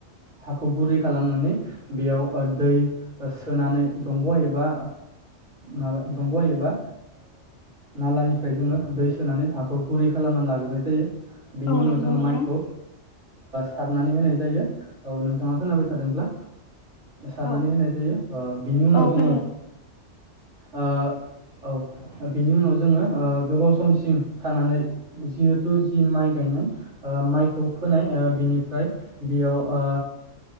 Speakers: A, on the right; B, on the left.
A: हाखौ गुरै खालामनानै बेयाव दै सोनानै दंग एबा माबा दंग एबा नालानिफ्राय जोङो दै सोनानै हाखौ गुरै खालामनानै लाग्रोनाय जायो बिनि
B: औ
A: उनाव
B: नंगौ
A: जोङो
B: नोंथां
A: माइखौ सारनानै होनाय जायो औ नोंथाङा खोनाबाय थादोंब्ला सारनानै
B: औ
A: होनाय जायो बिनि उनाव
B: औ
A: जोङो
B: खोनादों
A: ओ औ बिनि उनाव जोङो गोबाव समसिम थानानै जिहेथु जि माइ गायनाय माइखौ फोनाय बिनिफ्राय बेयाव ओ